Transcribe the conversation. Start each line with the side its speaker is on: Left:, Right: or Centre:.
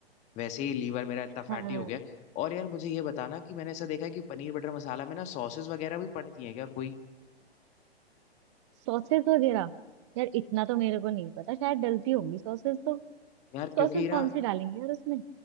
Left: वैसे ही लीवर मेरा इतना फैटी
Right: हाँ
Left: हो गया है। और यार मुझे ये बताना कि मैंने ऐसा देखा है कि पनीर बटर मसाला में ना सॉसेस वगैरह भी पड़ती हैं क्या कोई
Right: सॉसेस वगैरह यार इतना तो मेरे को नहीं पता शायद डलती होंगी सॉसेस तो
Left: यार
Right: सॉसेस
Left: क्योंकि ना
Right: कौन सी डालेंगे यार उसमें